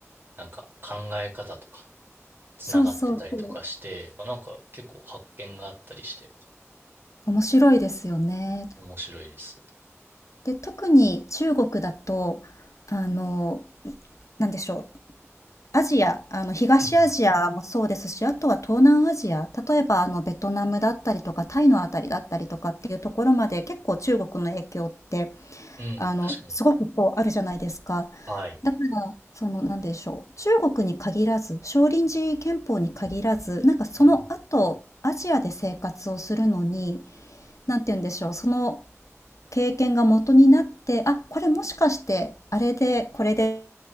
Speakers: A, on the right; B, on the left.
A: なんか考え方とか、つながってたりとかして、
B: そうそうそう。
A: まあ、なんか結構発見があったりして、
B: 面白いですよね。
A: 面白いです。
B: で、特に中国だと、あの、なんでしょう、アジア、あの、東アジアもそうですし、
A: うんうん。
B: あとは東南アジア、例えばあの、ベトナムだったりとか、タイのあたりだったりとかっていうところまで、結構中国の影響って、
A: うん、
B: あの、
A: 確かに。
B: すごくこうあるじゃないですか。
A: はい。
B: だから、その、なんでしょう、中国に限らず、少林寺拳法に限らず、なんかその後、
A: うん
B: アジアで生活をするのに、なんて言うんでしょう、その経験が元になって、あ、これもしかして、あれで、これで